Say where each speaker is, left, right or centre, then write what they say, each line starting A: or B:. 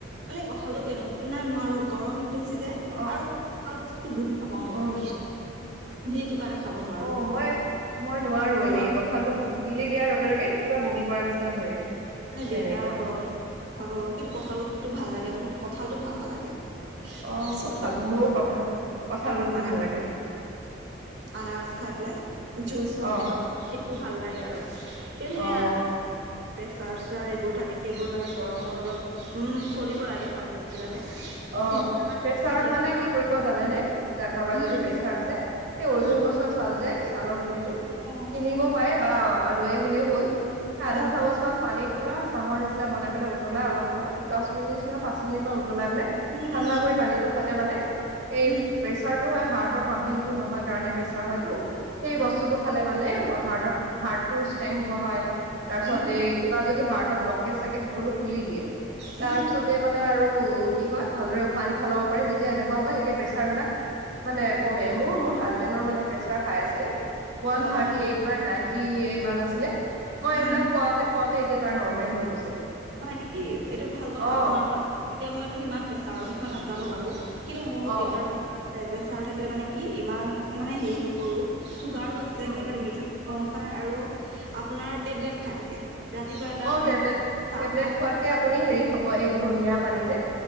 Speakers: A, on the right (about 70°); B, on the right (about 85°).
A: মানে কথাটো কেনে শনা নোৱাৰো গৰম বেছি যে
B: অ
A: আৰু ভাল বস্তু গোন্ধ পাও
B: উম
A: মই। সেইটো কাৰণে খাব নোৱাৰো
B: অ মই, মই নোৱাৰো
A: মোৰ
B: এনেই
A: আকৌ
B: কঁঠালটো উগিলি দিয়াৰ লগে লগে এ কিবা বমি কৰা নিচিনা যা ধৰে।
A: মানে দেউতা
B: এনেকুৱা
A: গৰমত, খ কিন্তু কঁঠালটো ভাল লাগে মোৰ কঁঠালটো ভাল নালাগে।
B: অ
A: চবতকৈ
B: কঁঠালটো
A: ভাল
B: মোৰো কথা কছাল গুটিটো
A: আনাৰ
B: ভাল লাগে।
A: আনাৰস খাই পেলাই, জুচ হওক
B: অ
A: কিবা হওক সেইবোৰ ভাল লাগে আৰু। কিন্তু সেইয়া
B: অ
A: চাৰ চাৰ এইবোৰ থাকে সেইবোৰ মানে গৰমত অলপ উম চলিব লাগে ভালকৈ বুজিলানে?
B: অ,
A: নহ'লে
B: প্ৰেছাৰত
A: বহুত দিগদাৰ
B: মানে কি কৰিব জানেনে? কাৰোবাৰ
A: উম
B: যদি প্ৰেছাৰ আছে এই অৰ্জুন
A: উম
B: গছৰ ছাল যে ছালৰ গুৰিটো,
A: অ
B: কিনিব পাৰে বা লৈ আহিলেও হ'ল।
A: হয়
B: আধা চামুচমান পানীৰ পুৰা চাহৰ নিচিনা বনাই পেলাই উতলাই অলপ সময় দচ মিনিচিনা পাঁচ মিনিটমান উতলাই পেলাই
A: উম
B: ঠাণ্ডা
A: উম
B: কৰি পানীটো খালে মানে, এই
A: উম
B: প্ৰেচাৰটো হয় হাৰ্ট পাম্পিংটো নহয় কাৰণে প্ৰেছাৰ হয়টো। সেই
A: হয়
B: বস্তুটো খালে মানে হাৰ্টৰ হাৰ্টটো ষ্ট্ৰেং বঢ়ায়। তাৰপিছতে
A: উম
B: কিবা যদি হাৰ্টত ব্লকেজ থাকে সকলো খুলি দিয়ে।
A: উম
B: তাৰপিছতে মা ফালে আৰু কি কয় ভালদৰে উশাহ- নিশাহ লব পাৰে যেতিয়া এনেকুৱা হয় তেতিয়া প্ৰেছাৰবিলাক মানে কমে মোৰ মোৰ হাজবেণ্ডৰ মানে প্ৰেচাৰ হাই আছিলে ৱান
A: হয়
B: থাৰ্টি
A: হয়
B: এই বাই নাইন কি ইমান আছিলে মই
A: উম
B: এইবিলাক খুৱতে খুৱওঁতে এতিয়া তাৰ নৰ্মেল হৈ গৈছেগৈ
A: হয় নেকি এইটো ভাল কথা
B: অ
A: আপোনাৰ পৰা এ মইতো ইমান প্ৰেছাৰৰ বিষয়ে নাজানো বাৰু কিন্তু মোৰো
B: অ
A: দেউতাৰ প্ৰে প্ৰেছাৰ থাকিলে মানে কি ইমান মানে হেৰি নকৰো চুগাৰো আছে
B: উম
A: সেইকাৰণে মিঠা
B: উম
A: কম খাই আৰু আপোনাৰ টেবলেট খাই থাকে ৰাতিপুৱা এটা
B: অ
A: মানে
B: টেবলেট
A: চাহ
B: টেবলেট
A: খাই
B: খোৱাতকে আপুনি হেৰি খাব এই ধনীয়া পানী যে,